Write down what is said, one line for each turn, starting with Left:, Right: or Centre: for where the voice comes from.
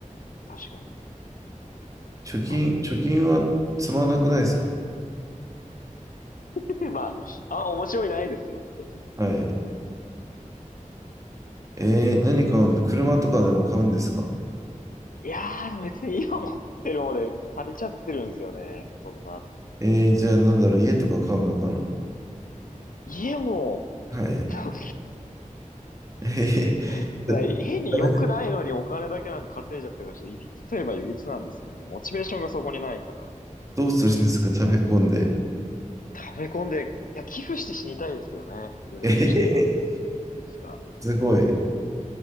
Left: 確かに。
Right: 貯金、
Left: あ
Right: 貯金はつまんなくないですか
Left: <laughs> まあ、あ、面白いないですよね、ちょっと。い
Right: はい。えー、何買うんだ車とかでも買うんですか
Left: やー、でも別に今持ってるもので足りちゃってるんですよね。そんな。
Right: えー、じゃあなんだろう、家とか買うのかな
Left: 家も、
Right: はい。
Left: <laughs> そん
Right: えへへだ
Left: な変に良くないのにお金だけなんか稼いじゃってるから、
Right: 食べ
Left: ちょっといびつといえばいびつなんですよね。モチベーションがそこにないから。
Right: どうするんですか食べ込んで。
Left: 溜め込んで、いや、寄付して死にたいですけどね。夢としては。
Right: えへへ
Left: いつか。
Right: すごい。